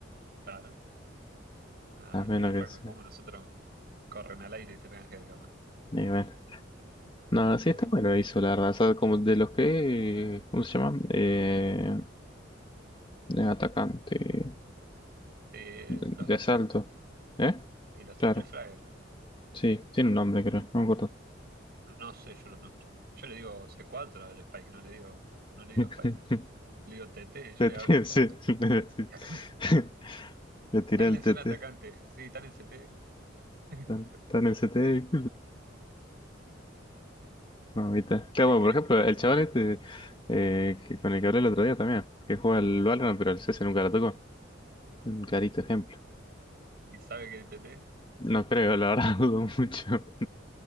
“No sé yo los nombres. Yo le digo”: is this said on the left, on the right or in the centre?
Right